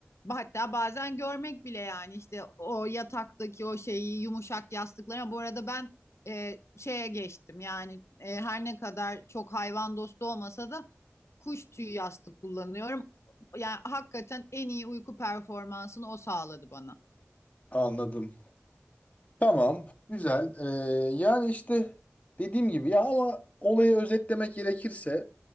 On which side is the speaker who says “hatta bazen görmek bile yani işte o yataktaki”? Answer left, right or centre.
Left